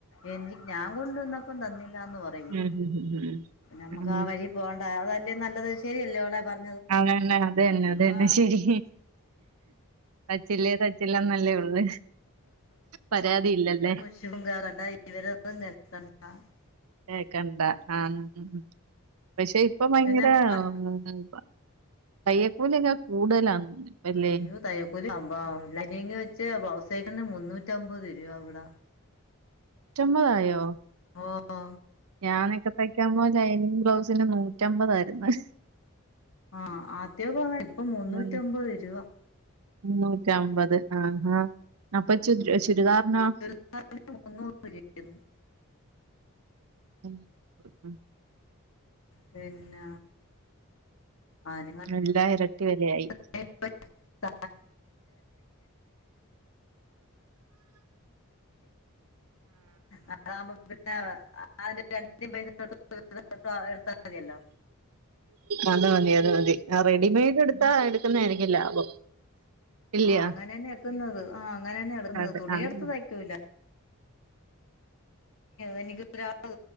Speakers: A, on the left; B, on the right.
A: എനി ഞാൻ കൊണ്ടുവന്നപ്പോ കൊണ്ട് വന്നപ്പം തന്നില്ലാന്ന് പറയും
B: ഉം ഉം
A: നമുക്കാ
B: ഉം ഉം
A: വഴി പോണ്ട അതല്ലേ നല്ലത് ശരിയല്ലേളെ പറഞ്ഞത്
B: അങ്ങനന്നെ അത് തന്നെ അത് തന്നെ
A: ആ
B: ശെരി തയ്ച്ചില്ലേ തയ്ച്ചില്ല നല്ലേയുള്ളെ പരാതിയില്ലല്ലേ
A: ശിവംഗാരണ്ട <unintelligible>
B: കെക്കണ്ടാ ആഹ് ന്ന് ഉം പക്ഷെ ഇപ്പൊ ഭയങ്കര
A: പിന്നെ പ-
B: മൂകമ്പ തയ്യൽ ക്കൂല്യൊക്കെ കൂടുതലാന്ന് ഇപ്പല്ലേ
A: ഒരു തയക്കൂല ലൈനിങ് വെച്ച് ബ്ലൗസയിക്കന്ന് മുന്നൂറ്റമ്പത് രുൂപ ഇവിട
B: നൂറ്റമ്പതായോ
A: ഓഹ്
B: ഞാൻ നക്കത്തയ്ക്ക്മ്പോ ഡൈനിംഗ് ബ്ലൗസിന് നൂറ്റമ്പതായിരുന്നു
A: ആഹ് ആദ്യക്കങ്ങനെ ഇപ്പൊ മൂന്നൂറ്റി
B: ഉം
A: അമ്പത് രൂപ
B: മുന്നൂറ്റമ്പത് ആഹ് ആഹ് അപ്പൊ ചു ചുരിദാർനോ
A: പ്പ അതിന് മുന്നൂറ് രൂപ ചെയ്ത്
B: ഉം ഉം
A: പിന്ന ആന
B: എല്ലാം ഇരട്ടി വിലയായി
A: <unintelligible> അതാവുമ്പോ പിന്നെ അഹ് രണ്ടിൻ്റം പൈസ മാത്രം കൊടുത്താ എടുത്താൽ മതിയല്ലോ
B: അത് മതി അത് മതി ആഹ് റെഡിമെയഡ്
A: ഉം.
B: എടുത്താ എടുക്കുന്നാര്ക്കും ലാഭം ഇല്ല്യോ
A: ആഹ് അങ്ങനെന്നെ എടുക്കുന്നത് ആഹ് അങ്ങനെ തന്നെ എട്ക്കുന്നത്
B: അതെ
A: തുണി
B: ആഹ്
A: എടുത്ത് തയ്ക്കൂല്ല എനിക്കൊരാൾ